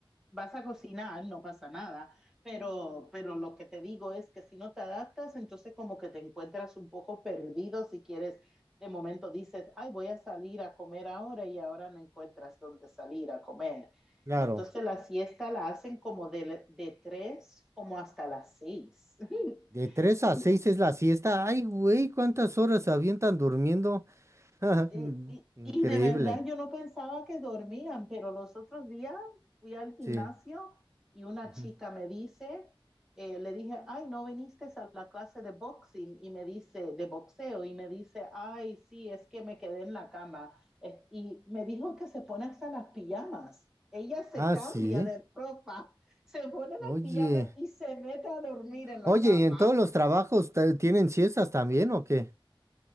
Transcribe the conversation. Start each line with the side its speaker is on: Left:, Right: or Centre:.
Centre: vas a cocinar, no pasa nada, pero, pero lo que te digo es que si no te adaptas, entonces como que te encuentras un poco perdido si quieres, de momento dices, ay, voy a salir a comer ahora y ahora no encuentras dónde salir a comer.
Right: Claro,
Centre: Entonces la siesta la hacen como de, de tres como hasta las seis. <laughs>
Right: de tres a
Centre: Y
Right: seis es la siesta. Ay, güey, ¿cuántas horas se avientan durmiendo? <laughs>
Centre: Y, y-
Right: Increíble,
Centre: y de verdad yo no pensaba que dormían, pero los otros días fui al gimnasio
Right: sí.
Centre: y una
Right: ujú.
Centre: chica me dice, eh, le dije, ay, no viniste a la clase de boxing y me dice, de boxeo, y me dice, ay, sí, es que me quedé en la cama. Es- y me dijo que se pone hasta las pijamas. Ella se
Right: Ah,
Centre: cambia
Right: sí.
Centre: de ropa, <laughs> se pone las
Right: Oye,
Centre: pijamas y se mete a dormir en la
Right: oye,
Centre: cama.
Right: ¿y en todos los trabajos te- tienen siestas también o qué?